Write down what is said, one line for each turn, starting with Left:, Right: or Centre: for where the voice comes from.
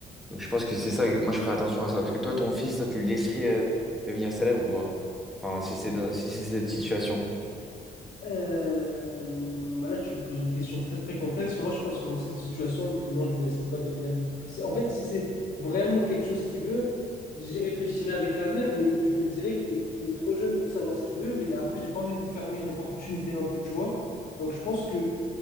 Centre: Donc, je pense que c'est ça que moi, je ferais attention à ça. Parce que toi, ton fils, ça, tu le laisserais euh, devenir célèbre ou pas? Enfin, si c'est dans- si c'est cette situation.
Left: Euh, bah là, tu me poses une question très très complexe. Moi, je pense que dans cette situation, non, je ne le laisserai pas devenir. C'est- En fait, si c'est vraiment quelque chose qu'il veut, j'y réfléchirai avec la mère, mais je me dirais qu'il est, qu'il est trop jeune pour savoir ce qu'il veut. Mais après, j'ai pas envie de lui fermer une opportunité non plus, tu vois. Donc, je pense que